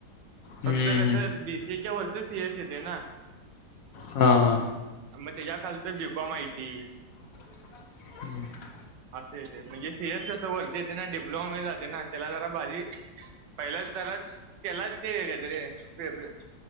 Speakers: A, on the left (about 65°); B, on the right (about 85°).
A: हम्म
B: फक्त कसं
A: हम्म
B: बीसीए च्या वरच तेच येतंय ना
A: हा हा
B: मग त्याच्या खालच बीकॉम आय टी
A: <inaudible>
B: असे येते म्हणजे सीएस सी अस वरती येते ना डिप्लोमा म जाते ना त्याला जरा भारी पहिलाच तररा केलाच <unintelligible>